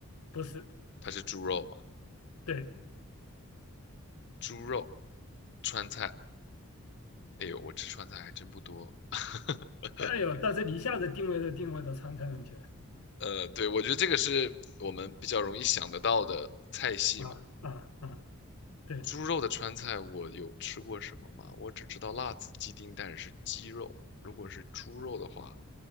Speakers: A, on the left; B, on the left.
A: 不是
B: 它是猪肉嘛，
A: 对，
B: 猪肉川菜。哎呦，我吃川菜还真不多。<laughs>
A: 哎呦，但是你一下子定位都定位到川菜上去了
B: 呃，对，我觉得这个是我们比较容易想得到的菜系嘛。
A: 啊啊啊，对
B: 猪肉的川菜我有吃过什么吗？我只知道辣子鸡丁蛋是鸡肉，如果是猪肉的话，